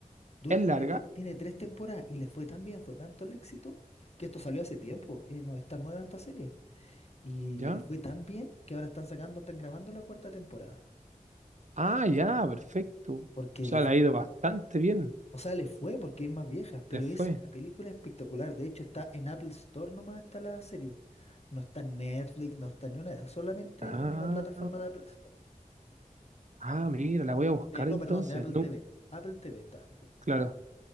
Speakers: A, on the left; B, on the right.
A: du-
B: es
A: tiene,
B: larga.
A: tre- tiene tres temporadas y le fue tan bien, fue tanto el éxito, que esto salió hace tiempo. eh, no es tan nueva esta serie. Y
B: Ya.
A: le fue tan bien que ahora están sacando, están grabando la cuarta temporada.
B: Ah, ya, perfecto. O
A: Porque
B: sea,
A: le fue,
B: le ha ido bastante bien.
A: o sea, le fue porque es más vieja, pero
B: Después.
A: es una película espectacular. De hecho, está en Apple Store nomás está la serie. No está en Netflix, no está en ninguna de esas, solamente
B: Ah,
A: en una plataforma de Apple Store.
B: ah, mira, la voy a buscar
A: De, no,
B: entonces.
A: perdón, de Apple
B: No,
A: TV. Apple TV está.
B: claro.